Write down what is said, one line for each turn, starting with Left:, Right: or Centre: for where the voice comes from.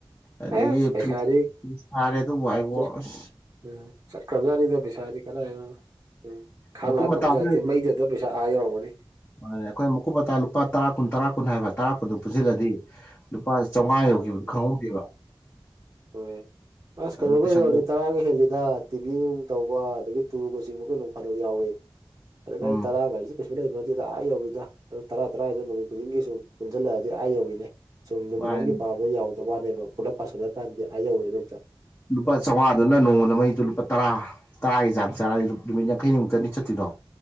Left: ꯑꯗꯒꯤ
Right: ꯑꯦꯁ ꯄꯩꯁꯥꯗꯤ
Left: ꯐꯤꯖ ꯐꯤꯖ ꯊꯥꯔꯦ ꯑꯗꯨꯝ ꯋꯥꯏꯠ
Right: ꯆꯠ
Left: ꯣꯁ
Right: ꯎꯝ ꯆꯠ ꯀꯞꯖꯥꯅꯤꯗ ꯄꯩꯁꯥꯗꯤ ꯀꯔꯥꯏꯅꯣ ꯎꯝ ꯈꯥꯡ
Left: ꯃꯀꯨꯞ
Right: ꯂꯥꯡ
Left: ꯃꯇꯥ
Right: ꯀꯞꯖꯥꯦ
Left: ꯈꯔ
Right: ꯃꯩꯗ ꯑꯗꯨꯗ ꯄꯩꯁꯥ ꯑꯥ ꯌꯧꯔꯝꯒꯅꯤ
Left: ꯃꯥꯅꯦ ꯑꯩꯈꯣꯏ ꯃꯀꯨꯨꯞꯃꯇꯇꯥ ꯂꯨꯄꯥ ꯇꯔꯥ ꯀꯨꯟ ꯇꯔꯥ ꯀꯨꯟ ꯍꯥꯏꯕ ꯇꯔꯥ ꯀꯨꯟꯗꯣ ꯄꯨꯟꯁꯤꯜꯂꯗꯤ ꯂꯨꯄꯥ ꯆꯥꯝꯃꯉꯥ ꯌꯧꯈꯤꯕꯗꯣ
Right: ꯃꯥꯅꯤ
Left: ꯈꯪꯍꯧꯗꯦꯕ
Right: ꯃꯥꯅꯤ ꯍꯣꯏ ꯑꯁ ꯀꯩꯅꯣꯒꯗꯤꯗꯤ
Left: ꯑꯗꯨ ꯄꯩꯁꯥꯗꯣ
Right: ꯇꯔꯥꯒ ꯍꯦꯜꯂꯤꯗ ꯇꯤꯚꯤ ꯅꯨꯡ ꯇꯧꯕ ꯑꯗꯒꯤ ꯇꯨꯔꯨꯒꯆꯤꯡꯕꯒ ꯅꯨꯡ ꯐꯥꯗꯣꯛ ꯌꯥꯎꯏꯦ ꯑꯗꯒ
Left: ꯎꯝ
Right: ꯑꯩ ꯇꯔꯥꯒꯥꯏꯁꯨ ꯀꯩꯁꯨ ꯂꯩꯕ ꯅꯠꯇꯦꯗ ꯑꯥ ꯌꯧꯤꯗ ꯇꯔꯥ ꯇꯔꯥꯗꯅ ꯅꯨꯃꯤꯠ ꯈꯨꯗꯤꯡꯒꯤ ꯁꯨꯝ ꯄꯨꯟꯓꯜꯂꯛꯑꯗꯤ ꯑꯥ ꯌꯧꯒꯤꯅꯦ ꯁꯨꯝ ꯅꯨꯃꯤꯠꯒꯤ
Left: ꯃꯥꯅꯦ
Right: ꯄꯥꯕꯗ ꯌꯥꯎꯗꯕ ꯋꯥꯅꯦꯕ ꯄꯨꯂꯞ ꯄꯥꯁꯤꯜꯂꯛꯀꯥꯟꯗꯤ ꯑꯥ ꯌꯧꯋꯦ ꯍꯧꯛꯇ
Left: ꯂꯨꯄꯥ ꯆꯥꯝꯃꯉꯥꯗꯨꯅ ꯅꯣꯡꯃꯗ ꯃꯩꯗꯣ ꯂꯨꯄꯥ ꯇꯔꯥ ꯇꯔꯥꯒꯤ ꯆꯥꯡ ꯆꯥꯔꯛꯑꯗꯤ ꯅꯨꯃꯤꯠ ꯌꯥꯡꯈꯩꯅꯤꯃꯨꯛꯇꯅꯤ ꯆꯠꯇꯣꯏꯗꯣ